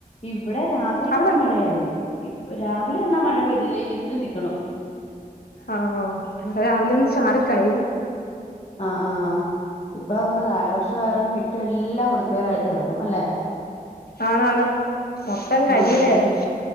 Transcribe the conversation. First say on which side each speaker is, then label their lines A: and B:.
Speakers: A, on the left; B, on the left.
A: ഇവിടെ രാത്രിക്കൊക്കെ
B: അവിടെ
A: മഴയായിരുന്നു രാവിലെ എന്നാൽ മഴ പെയ്തില്ല ഇരുണ്ട് നിക്കുണു
B: ആഹ് ഇവിടെ രാവിലെ ഒന്ന് ചാറിക്കഴിഞ്ഞു
A: ആഹ് ആഹ് ഇപ്പ അതുകൊണ്ട് കാലവർഷം ആയതുകൊണ്ട് മിറ്റം എല്ലാം വൃത്തികേടായിട്ട് കിടക്കും അല്ലെ
B: ആണാണ് മൊത്തം കരിയില
A: ആഹ്
B: ആയിരുന്നു